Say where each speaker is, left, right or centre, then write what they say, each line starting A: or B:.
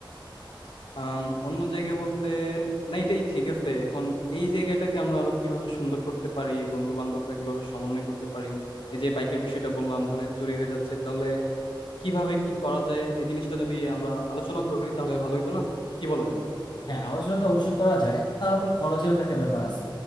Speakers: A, on the left; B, on the left.
A: আম, অন্য জায়গায় বলতে না এটাই ঠিক আছে এখন এই জায়গাটাকে আমরা আরো কিভাবে সুন্দর করতে পারি বন্ধু বান্ধবরা কিভাবে সমন্বয় করতে পারি এই যে বাইকের বিষয়টা বললাম ওখানে চুরি হয়ে যাচ্ছে তাহলে কিভাবে কি করা যায় এই জিনিসটা যদি আমরা আলোচনা করি তাহলে ভালো হইতো না কি বলো তুমি
B: হ্যাঁ আলোচনা তো অবশ্যই করা যায় তার উপরে খরচেরও তো একটা ব্যাপার আছে